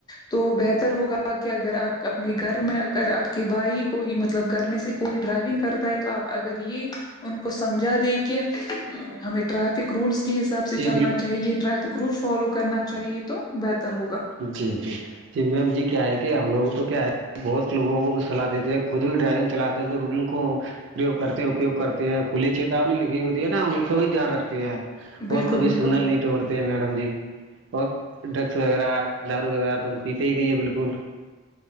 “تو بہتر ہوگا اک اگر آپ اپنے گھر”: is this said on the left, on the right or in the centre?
Left